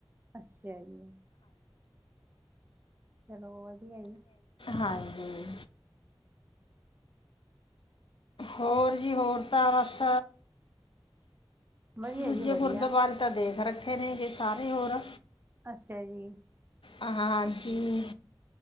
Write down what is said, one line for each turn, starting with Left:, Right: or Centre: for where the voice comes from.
Right: ਅੱਛਾ ਜੀ, ਚਲੋ ਵਧੀਆ ਜੀ,
Left: ਹਾਂਜੀ ਹੋਰ ਜੀ ਹੋਰ ਤਾਂ ਬਸ,
Right: ਵਧੀਆ
Left: ਦੂਜੇ
Right: ਜੀ ਵਧੀਆ,
Left: ਗੁਰਦੁਆਰੇ ਤਾਂ ਦੇਖ ਰੱਖੇ। ਠੀਟ ਨੇ ਗੇ ਸਾਰੇ ਹੋਰ,
Right: ਅੱਛਾ ਜੀ,
Left: ਹ ਹਾਂਜੀ